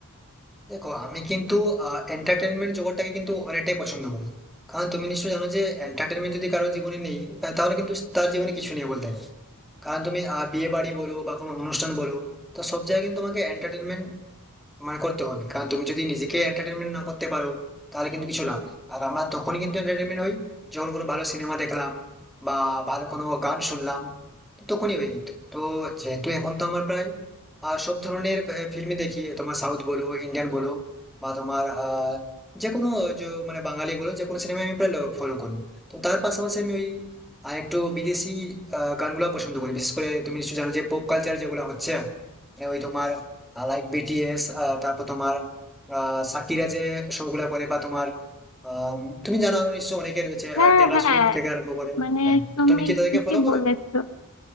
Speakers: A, in the centre; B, on the left (about 70°).
A: দেখো আমি কিন্তু এন্টারটেনমেন্ট জগৎটাকে কিন্তু অনেকটাই পছন্দ করি কারণ তুমি নিশ্চয়ই জানো যে এন্টারটেনমেন্ট যদি কারোর জীবনে নেই তা- তাহলে কিন্তু তার জীবনে কিছু নেই বলতে গেলে কারণ তুমি আহ, বিয়ে বাড়ি বলো বা কোনো অনুষ্ঠান বলো তো সব জায়গায় কিন্তু তোমাকে এন্টারটেনমেন্ট মানে করতে হবে কারণ তুমি যদি নিজেকে এন্টারটেনমেন্ট না করতে পারো তাহলে কিন্তু কিছু লাভ নেই আর আমরা তখনই কিন্তু এন্টারটেনমেন্ট হই যখন কোনো ভালো সিনেমা দেখলাম বা ভালো কোনো গান শুনলাম তো তখনই হই কিন্তু তো যেহেতু এখন তো আমার প্রায় আহ, সব ধরনের ফিল্মই দেখি তোমার সাউথ বলো ইন্ডিয়ান বলো বা তোমার আহ যে কোনো য- মানে বাঙালি বলো যে কোনো সিনেমা আমি প্রায় ফলো করি তো তার পাশাপাশি আমি ওই আর একটু বিদেশি আহ, গানগুলো পছন্দ করি বিশেষ করে তুমি নিশ্চয়ই জানো যে পপ কালচার যেগুলো হচ্ছে মানে ওই তোমার লাইক বিটিএস তারপর তোমার আহ, সাকিরা যে শো গুলা করে বা তোমার আম, তুমি জানো আরো নিশ্চয় অনেকে রয়েছে
B: হ্যাঁ
A: টেলর
B: হ্যাঁ
A: সুইফট থেকে আরম্ভ করে
B: মানে
A: হ্যাঁ
B: তুমি
A: তো তুমি কি তাদেরকে
B: ঠিকই
A: ফলো করো
B: বলেছো